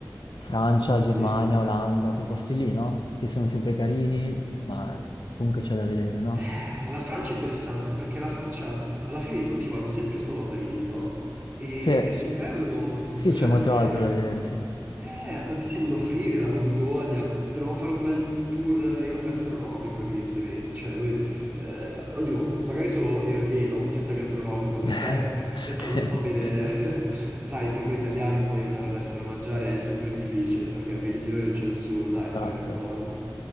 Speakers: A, on the left; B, on the right.
A: Francia, Germania,
B: Sì,
A: Olanda, quei posti lì, no? Che sono sempre carini, ma comunque c'è da vedere, no?
B: Eh, la Francia è interessante perché la Francia alla fine tutti vanno sempre solo a Parigi, no? E,
A: Sì,
B: e si perdono tutto
A: sì,
B: il
A: c'è
B: resto
A: molto
B: che
A: altro da vedere, sì.
B: eh, ha tantissimo da offrire, la Borgogna, potremmo fare un bel tour enogastronomico evidentemente, cioè dove, eh, oddio, magari solo eno, eno, senza gastronomico perché
A: <laughs>
B: <laughs>
A: Sì.
B: adesso non so bene, <laughs> sai, per noi italiani poi andare all'estero a mangiare è sempre difficile perché meglio di noi non c'è nessuno, dai,
A: Esatto,
B: sarai d'accordo?